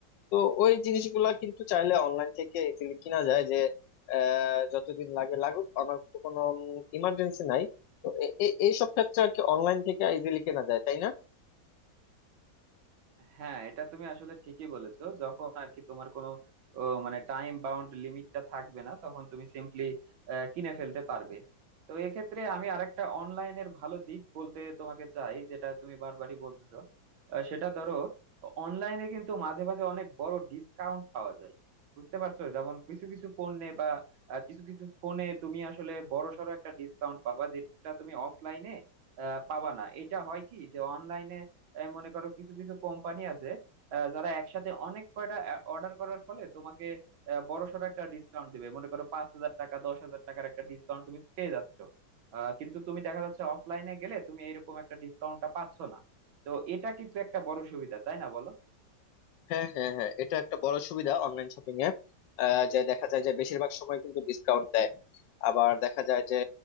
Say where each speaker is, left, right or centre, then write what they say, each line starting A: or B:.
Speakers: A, on the left; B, on the right.
A: তো ওই জিনিসগুলা কিন্তু চাইলে অনলাইন থেকে easily কিনা যায় যে আহ, যতদিন লাগে লাগুক আমার তো কোনো ইমার্জেন্সি নাই তো এই সব ক্ষেত্রে আর কি অনলাইন থেকে ইজিলি কেনা যায় তাই না
B: হ্যাঁ এটা তুমি আসলে ঠিকই বলেছো যখন আর কি তোমার কোনো ও, মানে টাইম বাউন্ড লিমিটটা থাকবে না তখন তুমি সিম্পলি কিনে ফেলতে পারবে তো এক্ষেত্রে আমি আরেকটা অনলাইনের ভালো দিক বলতে তোমাকে চাই যেটা তুমি বারবারই বলতেছো আহ, সেটা ধরো অনলাইনে কিন্তু মাঝে মাঝে অনেক বড় ডিসকাউন্ট পাওয়া যায় বুঝতে পারছো যেমন কিছু কিছু পণ্যে বা আহ, কিছু কিছু ফোনে তুমি আসলে বড়সড় একটা ডিসকাউন্ট পাবা যেটা তুমি অফলাইনে পাবা না এটা হয় কি যে অনলাইনে আহ, মনে করো কিছু কিছু কোম্পানি আছে আহ, যারা একসাথে অনেক কয়টা অর্ডার করার ফলে তোমাকে আহ, বড়সড় একটা ডিসকাউন্ট দিবে মনে করো পাঁচ হাজার টাকা দশ হাজার টাকার একটা ডিসকাউন্ট তুমি পেয়ে যাচ্ছ আহ, কিন্তু তুমি দেখা যাচ্ছে অফলাইনে গেলে তুমি এইরকম একটা ডিসকাউন্টটা পাচ্ছ না তো এটা কিন্তু একটা বড় সুবিধা তাই না বলো
A: হ্যাঁ হ্যাঁ হ্যাঁ এটা একটা বড় সুবিধা অনলাইন শপিং এ যে দেখা যায় যে বেশিরভাগ সময় কিন্তু ডিসকাউন্ট দেয় আবার দেখা যায় যে